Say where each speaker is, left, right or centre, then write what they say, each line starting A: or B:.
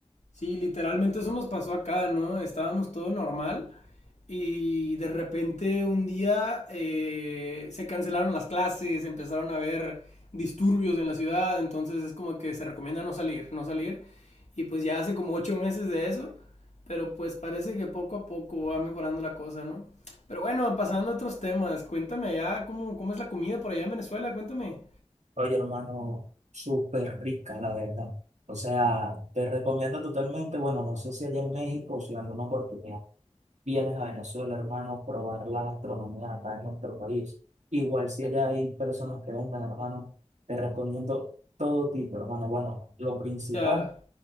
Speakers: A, on the left; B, on the right.
A: Sí, literalmente eso nos pasó acá, ¿no? Estábamos todo normal y de repente un día eh, se cancelaron las clases, empezaron a haber disturbios en la ciudad, entonces es como que se recomienda no salir, no salir. Y pues ya hace como ocho meses de eso, pero pues parece que poco a poco va mejorando la cosa, ¿no? Pero bueno, pasando a otros temas, cuéntame allá cómo, cómo es la comida por allá en Venezuela, cuéntame.
B: Oye, hermano, súper rica, la verdad. O sea, te recomiendo totalmente, bueno, no sé si allá en México o si en alguna oportunidad vienes a Venezuela, hermano, probar la gastronomía acá en nuestro país. Igual si allá hay personas que vengan, hermano, te recomiendo todo tipo, hermano. Bueno, lo principal,
A: Ya,